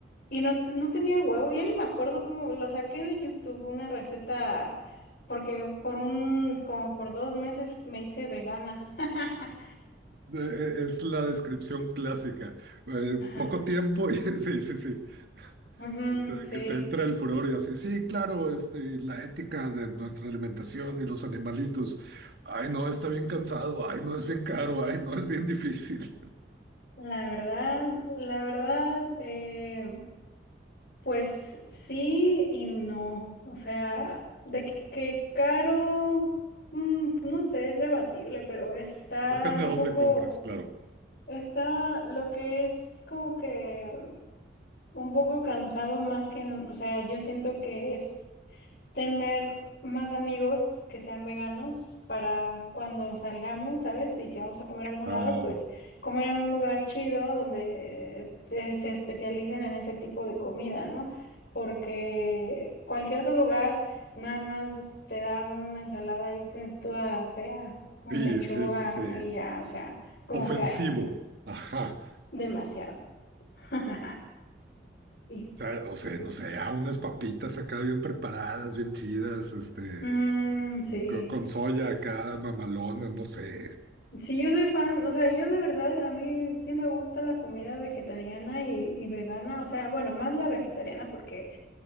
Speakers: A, on the left; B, on the right.
A: y no, te- no tenía huevo, ya ni me acuerdo cómo, lo saqué de YouTube, una receta porque por un, como por dos meses me hice vegana. <laughs>
B: Eh, eh, Es la descripción clásica. Eh,
A: Ajá.
B: poco tiempo y <laughs> sí, sí, sí.
A: Ujú,
B: Este,
A: sí.
B: que te entra el furor y así, sí, claro, este, y la ética de nuestra alimentación y los animalitos. Ay, no, está bien cansado. Ay, no, es bien caro. Ay, no, es bien difícil.
A: La verdad, la verdad, eh, pues sí y no. O sea, de que, que caro, mm, no sé, es debatible, pero está
B: <laughs> Depende
A: un
B: de dónde
A: poco,
B: compres, claro.
A: está lo que es como que un poco cansado más que, o sea, yo siento que es tener más amigos que sean veganos para cuando salgamos, ¿sabes? Y si vamos a comer a algún
B: Ah,
A: lado, pues comer en un lugar chido donde se, se especialicen en ese tipo de comida, ¿no? Porque cualquier otro lugar nada más te da una ensalada ahí que- toda fea, con
B: sí,
A: lechuga
B: sí, sí, sí.
A: y ya, o sea, como
B: ofensivo.
A: que, ay, no,
B: Ajá.
A: demasiado. <laughs> Sí.
B: O sea, o sea, no sé, a unas papitas acá bien preparadas, bien chidas, este,
A: Mm, sí.
B: co- con soya acá, mamalona, no sé.
A: Sí, yo soy fan, o sea, yo de verdad, a mí sí me gusta la comida vegetariana y, y vegana, o sea, bueno, más la vegetariana porque